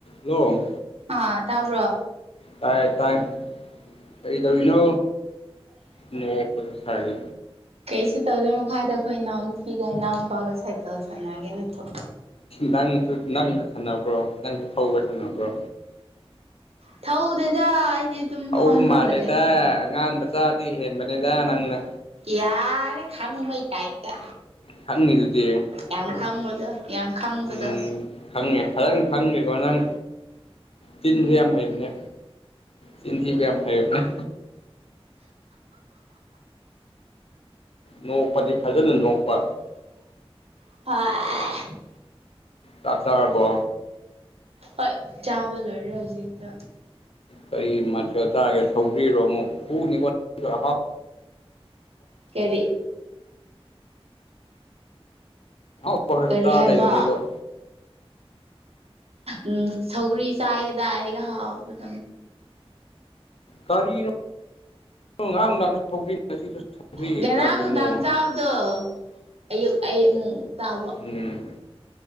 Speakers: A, on the left; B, on the right.
A: hello
B: ꯑꯥ ꯇꯥꯕ꯭ꯔꯣ
A: ꯇꯥꯏ ꯇꯥꯏ ꯀꯔꯤꯗꯧꯔꯤꯅꯣ ꯅꯣꯛꯄꯁꯨ ꯁꯥꯔꯤ
B: ꯀꯩꯁꯨ ꯇꯧꯗꯦ ꯃꯈꯥꯗ ꯑꯩꯈꯣꯏ ꯏꯅꯥꯎ ꯅꯨꯄꯤꯒ ꯏꯅꯥꯎꯅꯨꯄꯥꯒ ꯁꯥꯏꯀꯜ ꯁꯥꯟꯅꯒꯦꯅ ꯊꯣꯛ
A: ꯅꯪꯁꯨ ꯅꯪ ꯁꯥꯟꯅꯕ꯭ꯔꯣ ꯅꯪꯁꯨ ꯊꯧꯕ ꯁꯥꯟꯅꯕ꯭ꯔꯣ
B: ꯊꯧꯗꯦꯗ ꯑꯩꯗꯤ ꯑꯗꯨꯝ
A: ꯊꯧꯕ
B: ꯐꯝꯔꯒ
A: ꯃꯥꯜꯂꯦꯗ
B: ꯂꯩ
A: ꯑꯉꯥꯡ ꯃꯆꯥꯗꯒꯤ ꯍꯦꯟꯕꯅꯦꯗ ꯅꯪꯅ
B: ꯌꯥꯔꯦ ꯈꯪꯕꯩ ꯇꯥꯏꯞꯇ
A: ꯈꯪꯉꯤꯗꯨꯗꯤ
B: ꯌꯥꯝ ꯈꯪꯕꯗꯣ ꯌꯥꯝ ꯈꯪꯕꯗꯣ
A: ꯎꯝ ꯈꯪꯉꯦ ꯐꯖꯅ ꯈꯪꯒꯦꯀꯣ ꯅꯪ ꯆꯤꯟꯁꯨ ꯌꯥꯝ ꯍꯩꯕꯅꯦ ꯆꯤꯟ ꯊꯤꯕ ꯌꯥꯝ ꯍꯩꯕꯅꯦ ꯅꯣꯛꯄꯗꯤ ꯐꯖꯅ ꯅꯣꯛꯄ
B: <unintelligible>
A: ꯆꯥꯛ ꯆꯥꯔꯔꯕꯣ
B: ꯍꯣꯏ ꯆꯥꯕ ꯂꯣꯏꯔꯦ ꯍꯧꯖꯤꯛꯇ
A: ꯀꯩ ꯃꯊꯦꯜ ꯆꯥꯔꯒ ꯁꯧꯒ꯭ꯔꯤꯔꯣ ꯑꯃꯨꯛ ꯍꯨꯅꯤꯀꯣ <inaudible> ꯅꯪꯁꯨ ꯑꯍꯥꯎ
B: ꯀꯔꯤ
A: <unintelligible>
B: ꯀꯔꯤ
A: ꯆꯥꯔ
B: ꯍꯥꯏꯕ
A: ꯂꯩꯒꯅꯨꯕ
B: ꯎꯝ ꯁꯧꯒ꯭ꯔꯤ ꯆꯥꯌꯦꯗꯥꯏꯒꯤ ꯍꯥꯎꯕ <unintelligible>
A: ꯀꯔꯤꯅꯣ <inaudible> ꯉꯔꯥꯡ ꯅꯨꯡꯗꯥꯡꯁꯨ ꯁꯧꯒ꯭ꯔꯤ ꯉꯁꯤꯁꯨ ꯁꯧꯒ꯭ꯔꯤ
B: ꯉꯔꯥꯡ
A: ꯀꯔꯤꯅꯣ
B: ꯅꯨꯡꯗꯥꯡ ꯆꯥꯕꯗꯣ ꯑꯌꯨꯛ ꯑꯩ ꯑꯃꯨꯃꯨꯛ ꯆꯥꯕ
A: ꯎꯝ